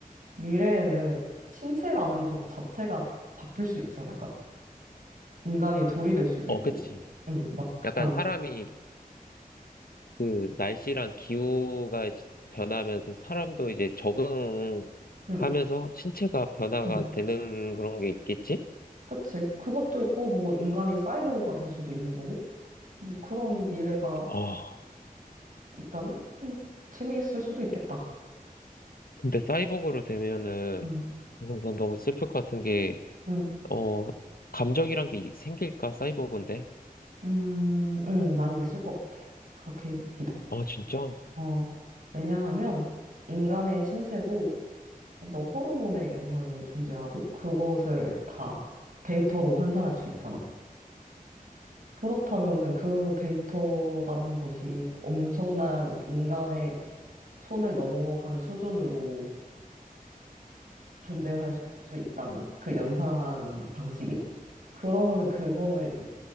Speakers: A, on the right; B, on the left.
A: 미래에는 신체라는 것 자체가 바뀔 수 있지 않을까? 인간이 돌이 될 수도
B: 어,
A: 있고,
B: 그치.
A: 응, 막 약간,
B: 약간 사람이 그 날씨랑 기후가 변하면서 사람도 이제 적응하면서
A: 응,
B: 신체가 변화가
A: 응,
B: 되는 그런 게 있겠지?
A: 그치. 그것도 있고 뭐 인간이 사이보그가 될 수도 있는 거고, 뭐 그런 미래가
B: 어,
A: 있다면, 음, 재미있을 수도 있겠다.
B: 근데 사이보그로 되면은,
A: 응
B: 이건 난 너무 슬플 것 같은 게,
A: 응.
B: 어, 감정이란 게 생길까, 사이보그인데?
A: 음, 응, 많이 있을 것 같아. 그렇게 믿어.
B: 어, 진짜?
A: 어, 왜냐하면 인간의 신체도 어떤 호르몬의 영향이 존재하고 그것을 다 데이터로 환산할 수 있잖아. 그렇다면은 그 데이터라는 것이 엄청난 인간의 손을 넘어간 수준으로 존재할 수 있다면 그 연산 방식이 그러면은 그거는 이-